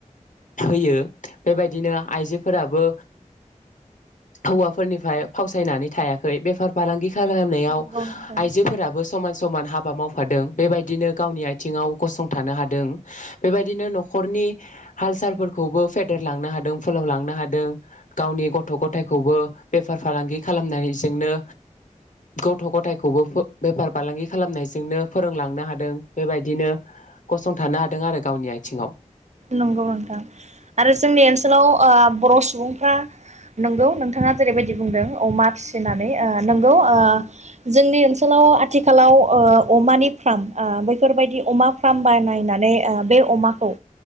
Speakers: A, on the left; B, on the right.
A: होयो बेबायदिनो आइजोफोराबो हौवाफोरनिफ्राय फावसायनानै थायाखै बेफार फालांगि खालामनायाव
B: नंगौ नोंथां
A: आइजोफोराबो समान समान ह हाबा मावफादों बेबायदिनो गावनि आथिङाव गसंथानो हादों बेबायदिनो नखरनि हाल सालफोरखौबो फेदेरलांनो हादों फोलावलांनो हादों गावनि गथ' गथायाइखौबो बेफार फालांगि खालामनायजोंनो गथ' गथायखौबो बेफार फालांगि खालामनाय जोंनो फोरोंलांनो हादों बेबायदिनो गसंथानो हादों आरो गावनि आथिंआव
B: नंगौ नोंथां आरो जोंनि ओनसोलाव बर सुबुंफ्रा नंगौ नोंथाङा जेरैबायदि बुंदों अमा फिसिनानै नंगौ जोंनि ओनसोलाव आथिखालाव अमानि फार्म बेफोरबायदि अमा फार्म बानायनानै बे अमाखौ